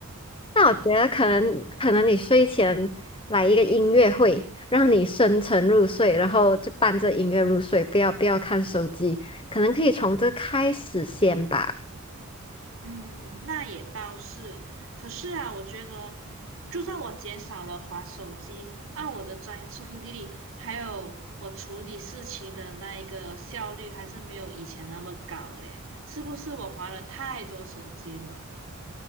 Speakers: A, on the left; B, on the right.
A: 那我觉得可能可能你睡前来一个音乐会，让你深沉入睡，然后就伴着音乐入睡，不要不要看手机，可能可以从这开始先吧。
B: 嗯，那也倒是。可是啊，我觉得，就算我减少了滑手机，按我的专注力，还有我处理事情的那一个效率，还是没有以前那么高了耶。是不是我滑了太多手机了？